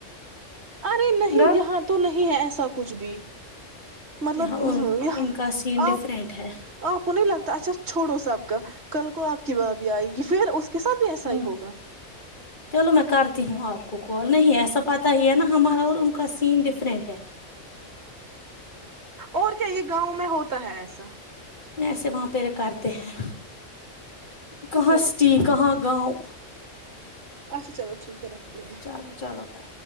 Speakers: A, on the right; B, on the left.
A: ارے نہیں
B: ڈر
A: یہاں تو نہیں ہے ایسا کچھ بھی مطلب
B: یہاں ان
A: یہاں
B: ان کا سین ڈفرینٹ
A: آپ
B: ہے
A: آپ کو نہیں لگتا اچھا چھوڑو سبقہ ک کو آپ کی ب بھی آئی یہ پھر اس کے ساتھ بھی ایسا
B: ہوں
A: ہی ہوگا
B: چلو میں کرتی ہوں آپ کو کوال نہیں ایسا پتہ ہی ہے نا ہمارا اور ان کا سین ڈفرنٹ ہے
A: اور کیا یہ گاؤں میں ہوتا ہے ایسا
B: ایسے وہاں پہ رکارتے ہیں کہاں
A: چلو
B: اسٹی
A: ٹھیک
B: کہاں گاؤں
A: اچھا چلو ٹھیک ہے رکھ دی د ہوں میں
B: چلو چلو بائے